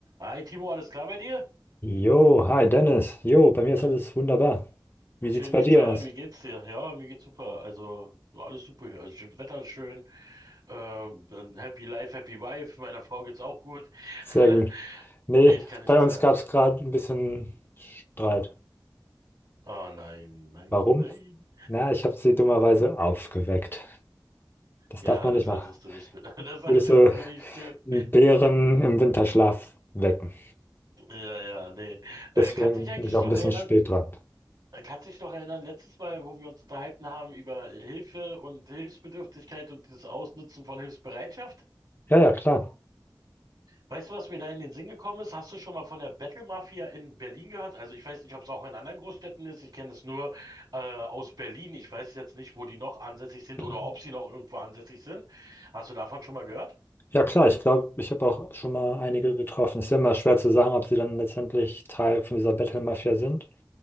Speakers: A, on the right; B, on the left.
A: Hi Timo, alles klar bei dir?
B: Jo, hi Dennis. Jo, bei mir ist
A: <laughs>
B: alles wunderbar. Wie
A: Schön
B: sieht's bei
A: dich
B: dir
A: zu hören,
B: aus?
A: wie geht's dir? Ja, mir geht's super. Also alles super hier. Also, schön- Wetter ist schön. Ähm, dann happy Life, Happy Wife. Meiner Frau geht's auch gut.
B: Sehr
A: <laughs>
B: gut. Nee,
A: Ich kann nicht
B: bei
A: klagen.
B: uns gab es gerade ein bisschen Streit.
A: Oh nein, nein,
B: Warum?
A: nein.
B: Na, ich habe sie dummerweise aufgeweckt. Das
A: Ja,
B: darf man
A: das
B: nicht machen.
A: solltest du nicht tun. <laughs> Das solltest
B: Würdest du
A: du nicht tun.
B: einen Bären im Winterschlaf wecken?
A: Ja, ja, nee. Äh,
B: Deswegen
A: kannst dich eigentlich
B: bin ich auch
A: noch
B: ein bisschen
A: erinnern?
B: spät dran.
A: äh, Kannst dich noch erinnern, letztes Mal, wo wir uns unterhalten haben über Hilfe und Hilfsbedürftigkeit und das Ausnutzen von Hilfsbereitschaft?
B: Ja, ja, klar.
A: Weißt du, was mir da in den Sinn gekommen ist? Hast du schon mal von der Battle Mafia in Berlin gehört? Also ich weiß nicht, ob es auch in anderen Großstädten ist. Ich kenne es nur äh, aus Berlin. Ich weiß jetzt nicht, wo die noch ansässig sind
B: Mhm.
A: oder ob sie noch irgendwo ansässig sind. Hast du davon schon mal gehört?
B: Ja, klar, ich glaube, ich habe auch schon mal einige getroffen. Es ist ja immer schwer zu sagen, ob sie dann letztendlich Teil von dieser Battle-Mafia sind.